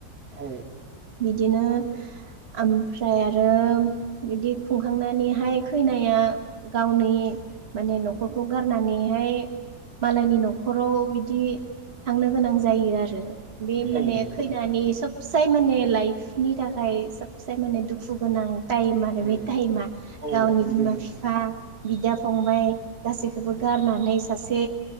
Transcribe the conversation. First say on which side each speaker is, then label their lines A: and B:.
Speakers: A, on the right (about 80°); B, on the right (about 40°).
A: औ
B: बिदिनो ओमफ्राय आरो बिदि खुं थांखांनानैहाय खैनाया गावनि माने न'खरखौ गारनानैहाय मालायनि न'खराव बिदि थांनो गोनां जायो आरो बे
A: औ
B: माने
A: नंगौ
B: खैनि सब <unintelligible> माने लाइफनि थाखाय सबसे माने दुखु गोनां टाइम आरो
A: औ
B: बे टाइमा
A: औ
B: गावनि
A: नंगौ
B: बिमा
A: नंगौ
B: बिफा बिदा फंबाय गासैखौबो
A: औ
B: गारनानै सासे